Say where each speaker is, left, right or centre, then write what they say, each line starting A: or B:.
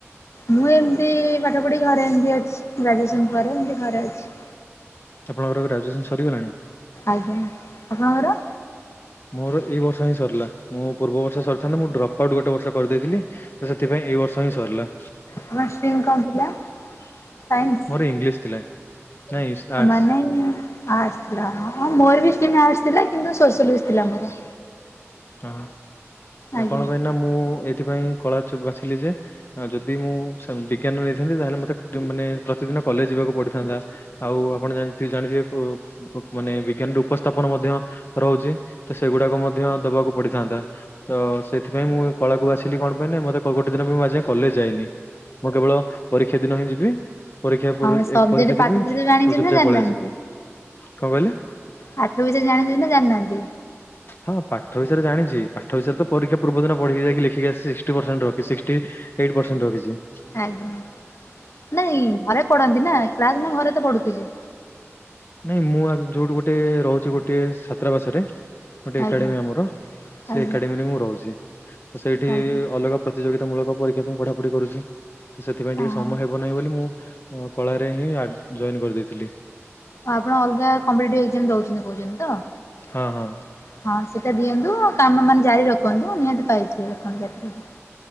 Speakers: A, on the left; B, on the left.
A: ମୁଁ ଏମିତି ପାଠ ପଢ଼ି ଘରେ ଏମିତି ଅଛି, ଗ୍ରାଜୁଏସନ୍ ପରେ ଏମିତି ଘରେ ଅଛି।
B: ଆପଣଙ୍କର ଗ୍ରାଜୁଏସନ୍ ସରିଗଲାଣି?
A: ଆଜ୍ଞା, ଆପଣଙ୍କର?
B: ମୋର ଏଇ ବର୍ଷ ହିଁ ସରିଲା। ମୁଁ ପୂର୍ବ ବର୍ଷ ସରିଥାନ୍ତା, ମୁଁ ଡ୍ରପ୍ ଆଉଟ୍ ଗୋଟେ ବର୍ଷ କରିଦେଇଥିଲି ତ, ସେଥିପାଇଁ ଏଇ ବର୍ଷ ହିଁ ସରିଲା।
A: ତମର ଷ୍ଟ୍ରିମ୍ କଣ ଥିଲା? ସାଇନ୍ସ
B: ମୋର ଇଂଲିଶ ଥିଲା, ନାଇଁ ଆର୍ଟସ୍।
A: ମାନେ ଆର୍ଟସ୍ ଥିଲା। ହଁ, ମୋର ବି ଷ୍ଟ୍ରିମ୍ ଆର୍ଟସ ଥିଲା, କିନ୍ତୁ ସୋସିଓଲୋଜୀ ଥିଲା ମୋର।
B: ହଁ,
A: ଆଜ୍ଞା।
B: କଣ ପାଇଁ ନା, ମୁଁ ଏଇଥିପାଇଁ କଳା ଚୁ ବାଛିଲି ଯେ ଆଉ ଯଦି ମୁଁ ସେମ୍ ବିଜ୍ଞାନ ନେଇଥାନ୍ତି, ତାହେଲେ ମତେ ମାନେ ପ୍ରତିଦିନ କଲେଜ ଯିବାକୁ ପଡିଥାନ୍ତା। ଆଉ ଆପଣ ଜାଣି- ଜାଣିଥିବେ କୋପ୍ ବୁକ୍ ମାନେ ବିଜ୍ଞାନର ଉପସ୍ଥାପନ ମଧ୍ୟ ରହୁଛି ତ, ସେଗୁଡାକ ମଧ୍ୟ ଦବାକୁ ପଡିଥାନ୍ତା, ତ ସେଥିପାଇଁ ମୁଁ କଳାକୁ ବାଛିଲି, କଣ ପାଇଁ ନା ମତେ ଗୋଟେ ଦିନ ପାଇଁ ମୁଁ ଆଜି ଯାଏଁ କଲେଜ ଯାଇନି। ମୁଁ କେବଳ ପରୀକ୍ଷା ଦିନ ହିଁ ଯିବି। ପରୀକ୍ଷା ପୁରେ,
A: ହଁ ସବଜେକ୍ଟ
B: ଏ ପରୀକ୍ଷା
A: ପାଠ
B: ଦେବି
A: ବିଷୟରେ
B: ପୁଣି
A: ଜାଣିଛନ୍ତି
B: ଚୁପ୍
A: ନା
B: ଚାପ୍
A: ଜାଣିନାହାନ୍ତି
B: ପଳେଇ ଆସେ। କଣ କହିଲେ?
A: ପାଠ ବିଷୟରେ ଜାଣିଛନ୍ତି ନା ଜାଣିନାହାଁନ୍ତି?
B: ହଁ, ପାଠ ବିଷୟରେ ଜାଣିଛି। ପାଠ ବିଷୟରେ ତ ପରୀକ୍ଷା ପୂର୍ବଦିନ ପଢିକି ଯାଇି ଲେଖିକି ଆସିଛି, ସିକ୍ସଟି ପର୍ସେଣ୍ଟ ରଖିଛି। ସିକ୍ କ୍ଟି ଏଇଟ୍ ପର୍ସେଣ୍ଟ ରଖିଛି।
A: ଆଜ୍ଞା ନାଇଁ ଘରେ ପଢନ୍ତି ନା, କ୍ଲାସ୍ ନା ଘରେ ତ ପଢୁଥିବେ?
B: ନାଇଁ ମୁଁ ଆଜ୍ ଯୋଉଠି ଗୋଟେ ରହୁଛି, ଗୋଟେ ଛାତ୍ରାବାସରେ ଗୋଟେ
A: ଆଜ୍ଞା
B: ଏକାଡେମୀ ଆମର ସେ
A: ଆଜ୍ଞା
B: ଏକାଡେମୀରେ ମୁଁ ରହୁଛି। ତ ସେଇଠି
A: ଆଜ୍ଞା
B: ଅଲଗା ପ୍ରତିଯୋଗିତା ମୂଳକ ପରୀକ୍ଷା ପାଇଁ ପଢାପଢି କରୁଛି, ତ ସେଥିପାଇଁ
A: ହଁ
B: ଟିକେ
A: ହଁ
B: ସମୟ
A: ଆଉ
B: ହେବ ନାହିଁ ବୋଲି ମୁଁ ହଁ, କଳାରେ ହିଁ ଆଡ୍ ଜଏନ୍ କରିଦେଇଥିଲି।
A: ଆପଣ ଅଲଗା କମ୍ପିଟେଟିଭ୍ ଏକ୍ଜାମ ଦଉଛନ୍ତି କହୁଛନ୍ତି ତ?
B: ହଁ ହଁ
A: ହଁ, ସେଇଟା ଦିଅନ୍ତୁ। ଆଉ କାମ ମାନେ ଜାରି ରଖନ୍ତୁ। ନିହାତି ପାଇଯି <unintelligible>